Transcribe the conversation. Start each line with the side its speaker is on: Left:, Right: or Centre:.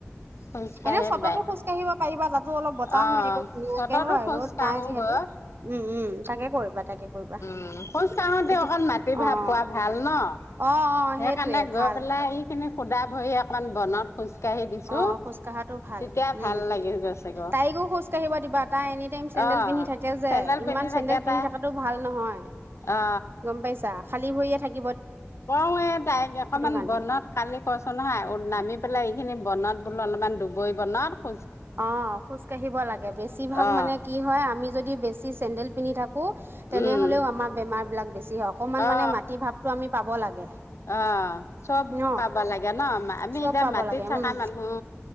Left: খোজকাঢ়ি
Right: এনে চততো
Left: বাই
Right: খোজকাঢ়িব পাৰিবা যাতে। অলপ বতাহ
Left: অ
Right: মাৰিব ধুনীয়াকে
Left: চততো
Right: হয়
Left: খোজ
Right: ৰ'দ
Left: কাঢ়ো
Right: নাই যিহেতু।
Left: গৈ
Right: উম উম তাকে কৰিবা তাকে কৰিবা।
Left: অঁ খোজ কাঢ়োতে
Right: এতিয়া
Left: অকল মাটি ভাৱ
Right: অঁ
Left: পোৱা ভাল ন।
Right: অ অ
Left: সেইকাৰণে
Right: সেইটোৱে
Left: গৈ
Right: ভাল
Left: পেলাই এইখিনি সুধা ভৰি অকন বনত। খোজকাঢ়ি দিছো
Right: অ খোজ কঢ়াটো ভাল
Left: তেতিয়া
Right: উম
Left: ভাল লাগে গৈছে গ
Right: তাইকো খোজ কাঢ়িব দিবা তাই এনি টাইম চেডেল
Left: অ
Right: পিন্ধি থাকে যে
Left: চেন্দেল
Right: ইমান
Left: পিন্ধি
Right: চেণ্ডেল
Left: থাকে
Right: পিন্ধি
Left: তাই
Right: থকাটো ভাল নহয়।
Left: অ
Right: গম পাইছা খালী ভৰিয়ে থাকে।
Left: কওঁ এই তাইক অকমান
Right: কাৰণে
Left: বনত কালি কছ নহয় নামি পেলাই এইখিনি বনত বোলো অলপমান ডুবৰি বনাত খো
Right: অ খোজ কাঢ়িব লাগে বেছিভাগ
Left: অ
Right: মানে কি হয় আমি যদি বেছি চেন্দেল পিন্ধি থাকো। তেনেহলেও
Left: উম
Right: আমাৰ বেমাৰ বিলাক বেছি হয় অকমান
Left: অ
Right: মানে মাটি ভাৱটো আমি পাব লাগে।
Left: অ চব
Right: ন
Left: পাব লাগে ন আমি
Right: চব
Left: এতিয়া
Right: পাব
Left: মাটিত
Right: লাগে
Left: থকা
Right: উম
Left: মানুহ।